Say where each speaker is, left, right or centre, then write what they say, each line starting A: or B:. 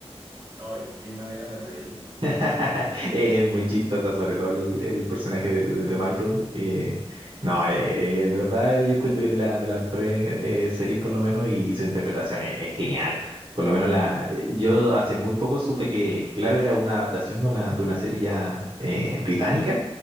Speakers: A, on the right; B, on the right.
A: Ay, qué manera de reírme.
B: <laughs> Eh, Es muy chistosa, sobre todo el, el personaje de, de- de Michael. eh, no, eh, eh, de verdad yo cuento que es de, la- de las mejores eh, series por lo menos y su interpretación es, es genial. Por lo menos la, eh, yo hace muy poco supe que, que, claro, era una adaptación de una, de una serie ya eh, británica